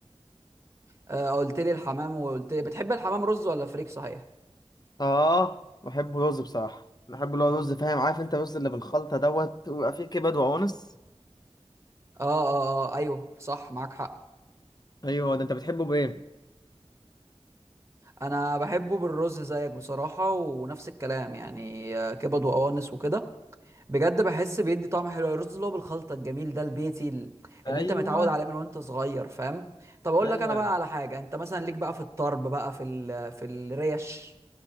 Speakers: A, on the right; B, on the left.
A: آه قلت لي الحمام وقلت لي بتحب الحمام رز ولا فريك صحيح
B: اه بحبه رز بصراحة بحب اللي هو رز فاهم عارف انت الرز اللي بالخلطة دوت ويبقى فيه كبد وقوانص
A: اه اه اه ايوه صح معاك حق
B: ايوه ده انت بتحبه بايه
A: انا بحبه بالرز زيك بصراحه ونفس الكلام يعني آه، كبد وقوانص وكده بجد بحس بيدي طعم حلو الرز اللي هو بالخلطه الجميل ده البيتي ال- اللي
B: ايوه
A: انت متعود عليه من وانت صغير فاهم طب اقول
B: ايوه
A: لك انا بقى على حاجه انت مثلا ليك بقى في الطرب بقى في ال... في الريش